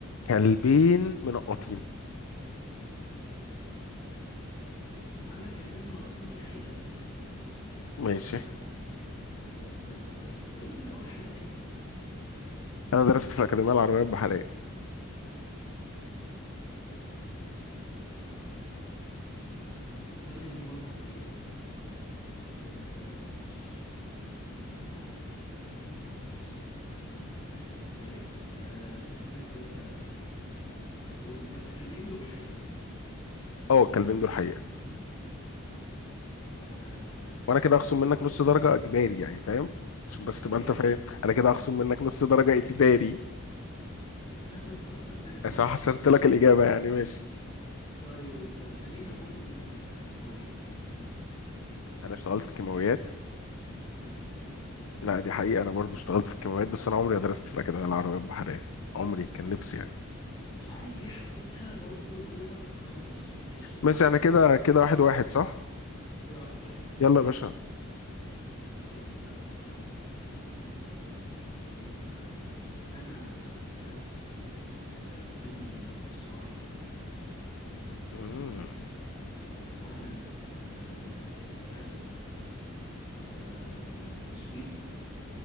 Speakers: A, on the left (about 80°); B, on the left (about 25°).
A: كلبين منقطين
B: عندك كلمين مناقضين دي حقيقه
A: ماشي
B: اشتغل ت- ت- ت- قولي كده اول حاجه تاني
A: انا درست في الاكاديميه العربيه البحريه
B: درست في الاكاديميه العربيه البحريه اظن ان دي برضو حقيقه ان انت ش... لا استنى بقى ده الموضوع صعب فعلا تصدق طيب آه خلينا كده نقول بس الكلمين دول حقيقه
A: اه الكلبين دول حقيقه
B: تمام أه
A: وانا كده هخصم
B: هقول
A: منك نص درجه اجباري يعني فاهم عشان بس تبقى
B: ايه
A: انت فاهم انا كده هخصم منك نص درجه اجباري
B: <laughs> ماشي
A: عشان حصرت لك الاجابه يعني ماشي
B: طيب خلينا اقول آه، كيماويات
A: انا اشتغلت في كيماويات
B: مصنع كيماويات
A: لا دي حقيقة أنا برضو اشتغلت في الكمامات بس أنا عمري ما درست في الأكاديمية العربية البحرية عمري كان نفسي يعني
B: مش عارف ليه حسيتها برضو الاولى بس يلا ماشي ماشي اوكي
A: بس يعني كده
B: طيب
A: كده واحد واحد صح؟
B: كده واحد واحد
A: يلا يا باشا
B: طيب آه، هقول لك آه، دي بقى لذيذة انا درست آه، فني آه، صناعي
A: مم.
B: آه، آه، وانا آه، درست آه، تسويق